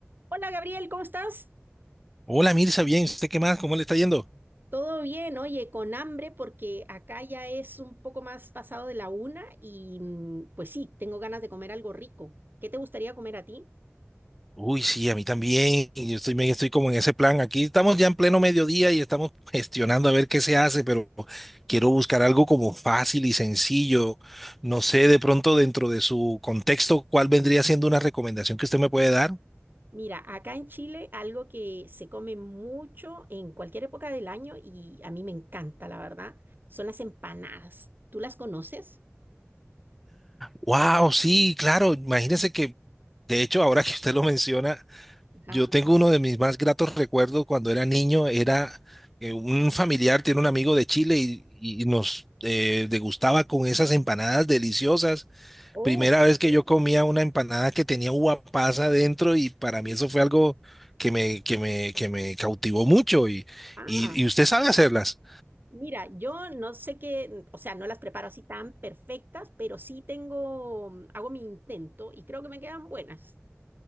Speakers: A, on the right; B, in the centre.
A: Hola Gabriel, ¿cómo estás?
B: Hola Mirza, bien, ¿usted qué más? ¿Cómo le está yendo?
A: Todo bien, oye, con hambre porque acá ya es un poco más pasado de la una y mm, pues sí, tengo ganas de comer algo rico. ¿Qué te gustaría comer a ti?
B: Uy, sí, a mí también. y Yo estoy, me- estoy como en ese plan. Aquí estamos ya en pleno mediodía y estamos gestionando a ver qué se hace, pero quiero buscar algo como fácil y sencillo. No sé, de pronto dentro de su contexto, ¿cuál vendría siendo una recomendación que usted me puede dar?
A: Mira, acá en Chile algo que se come mucho en cualquier época del año y a mí me encanta, la verdad, son las empanadas. ¿Tú las conoces?
B: Wow, sí, claro. Imagínese que, de hecho, ahora que usted lo menciona,
A: Ajá.
B: Yo tengo uno de mis más gratos recuerdos cuando era niño, era eh, un familiar, tiene un amigo de Chile y, y nos eh, degustaba con esas empanadas deliciosas.
A: Oh,
B: Primera vez que yo comía una empanada que tenía uva pasa dentro y para mí eso fue algo que me, que me, que me cautivó mucho. Y,
A: ah.
B: y, y usted sabe hacerlas.
A: Mira, yo no sé qué, o sea, no las preparo así tan perfectas, pero sí tengo, mm, hago mi intento y creo que me quedan buenas.